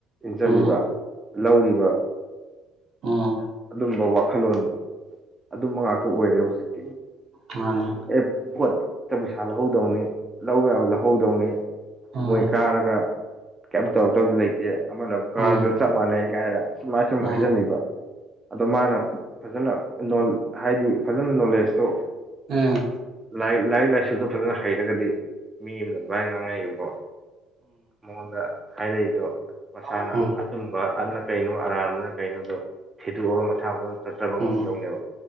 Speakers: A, on the right; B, on the right.
A: ꯆꯠꯂꯤꯕ
B: ꯎꯝ
A: ꯂꯧꯔꯤꯕ
B: ꯎꯝ
A: ꯑꯗꯨꯝꯕ ꯋꯥꯈꯜꯂꯣꯟ ꯑꯗꯨꯝꯕ ꯉꯥꯛꯇ ꯑꯣꯏꯔꯦ ꯍꯧꯖꯤꯛ
B: ꯃꯥꯅꯤ
A: ꯑꯦ ꯄꯣꯠ ꯍꯦꯛꯇ ꯄꯩꯁꯥ ꯂꯧꯍꯧꯗꯧꯅꯤ ꯂꯧꯕ ꯌꯥꯕ ꯂꯧꯍꯧꯗꯧꯅꯤ
B: ꯎꯝ
A: ꯃꯣꯏ ꯀꯥꯔꯒ ꯀꯩꯝ ꯇꯧꯔꯛꯇꯧꯗꯤ ꯂꯩꯇꯦ ꯑꯃꯅ ꯑꯃꯨꯛ ꯀꯥꯔꯁꯨ
B: ꯎꯝ ꯎꯝ
A: ꯆꯞ ꯃꯥꯟꯅꯩ ꯀꯥꯏꯅ ꯁꯨꯃꯥꯏꯅ ꯁꯨꯝ
B: ꯎꯝ
A: ꯍꯥꯏꯖꯟꯕꯤꯕ
B: ꯎꯝ ꯎꯝ
A: ꯑꯗꯣ ꯃꯥꯅ ꯐꯖꯅ ꯅꯣꯟ ꯍꯥꯏꯗꯤ ꯐꯖꯅ ꯅꯣꯂꯦꯖꯇꯣ
B: ꯎꯝ
A: ꯂꯥꯏꯔꯤꯛ ꯂꯥꯏꯔꯤꯛ ꯂꯥꯏꯁꯨꯗꯣ ꯐꯖꯅ ꯍꯩꯔꯒꯗꯤ ꯃꯤ ꯑꯃꯅ ꯑꯗꯨꯃꯥꯏꯅ ꯉꯥꯡꯉꯛꯏꯕꯗꯣ ꯃꯉꯣꯟꯗ ꯍꯥꯏꯔꯛꯏꯗꯣ ꯃꯁꯥꯅ
B: ꯎꯝ
A: ꯑꯆꯨꯝꯕ ꯑꯗꯨꯅ ꯀꯩꯅꯣ ꯑꯔꯥꯟꯕꯅ ꯀꯩꯅꯣ ꯑꯗꯣ ꯊꯤꯗꯣꯛꯑꯒ ꯃꯁꯥ ꯃꯇꯣꯟ ꯆꯠꯆꯕ
B: ꯎꯝ
A: ꯉꯝꯒꯗꯧꯅꯦꯕ